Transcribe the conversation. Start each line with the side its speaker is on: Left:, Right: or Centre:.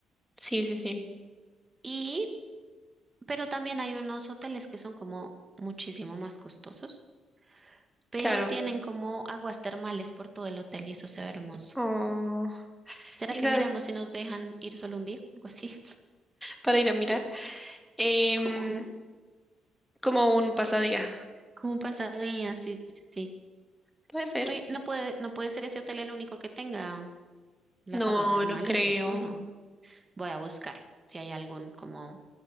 Centre: Sí, sí, sí.
Right: Y, pero también hay unos hoteles que son como muchísimo más costosos, pero
Centre: Claro.
Right: tienen como aguas termales por todo el hotel y eso se ve hermoso.
Centre: Oh.
Right: ¿Será
Centre: Quizás
Right: que miramos si nos dejan ir solo un día? Algo así, <laughs>
Centre: para ir a mirar. Em,
Right: como, un-
Centre: como un pasadía.
Right: como un pasadía, sí, sí, sí.
Centre: Puede ser.
Right: Oye, no puede, no puede ser ese hotel el único que tenga las
Centre: No,
Right: aguas termales,
Centre: no creo.
Right: ¿cierto? No. Voy a buscar si hay algún como